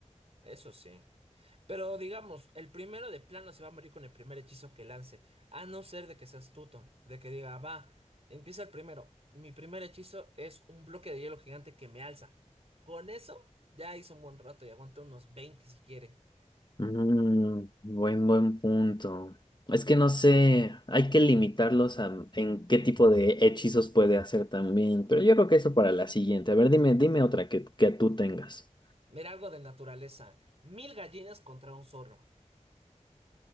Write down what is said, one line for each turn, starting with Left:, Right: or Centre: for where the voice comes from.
Right: Eso sí. Pero digamos, el primero de plano se va a morir con el primer hechizo que lance, a no ser de que sea astuto, de que diga, va, empieza el primero. Mi primer hechizo es un bloque de hielo gigante que me alza. Con eso ya hizo un buen rato y aguanta unos 20 si quiere.
Left: Mm, buen, buen punto. Es que no sé, hay que limitarlos a en qué tipo de hechizos puede hacer también, pero yo creo que eso para la siguiente. A ver, dime, dime otra que, que tú tengas.
Right: Mira algo de naturaleza. Mil gallinas contra un zorro.